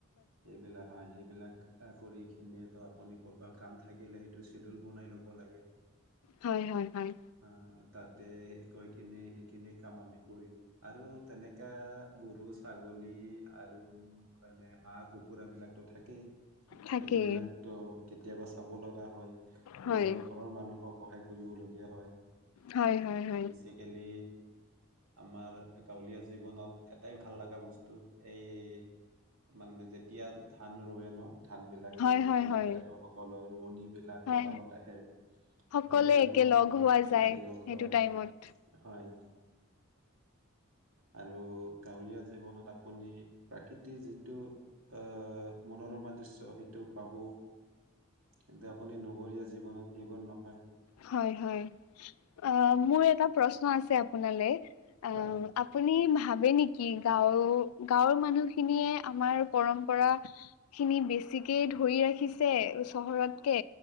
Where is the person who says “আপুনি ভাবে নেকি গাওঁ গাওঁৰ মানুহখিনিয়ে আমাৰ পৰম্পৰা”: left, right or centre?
Left